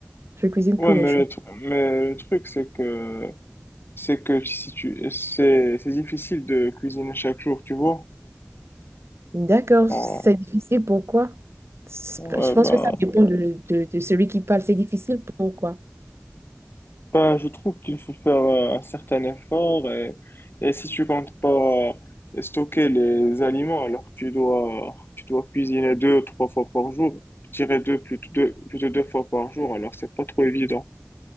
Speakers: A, on the right; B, on the left.
A: Je cuisine
B: Ouais,
A: tous les
B: mais
A: jours.
B: le, tru- mais le truc, c'est que, c'est que si tu, c'est, c'est difficile de cuisiner chaque jour, tu vois.
A: D'accord, c'est
B: Euh,
A: difficile, pourquoi? C'est-
B: ouais,
A: Je pense
B: ben,
A: que ça dépend de, de, de celui qui parle. C'est difficile, pourquoi?
B: ben, je trouve qu'il faut faire euh, un certain effort et, et si tu comptes pas euh, stocker les aliments, alors tu dois, tu dois cuisiner deux, trois fois par jour. Je dirais deux, plutôt deux, plutôt deux fois par jour, alors c'est pas trop évident.